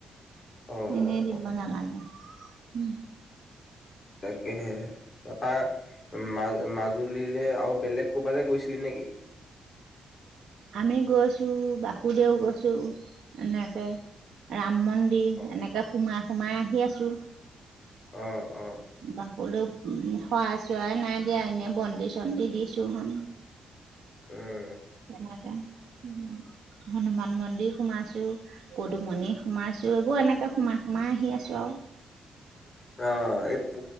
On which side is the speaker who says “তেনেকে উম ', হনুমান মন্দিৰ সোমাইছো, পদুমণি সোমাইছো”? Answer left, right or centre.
Right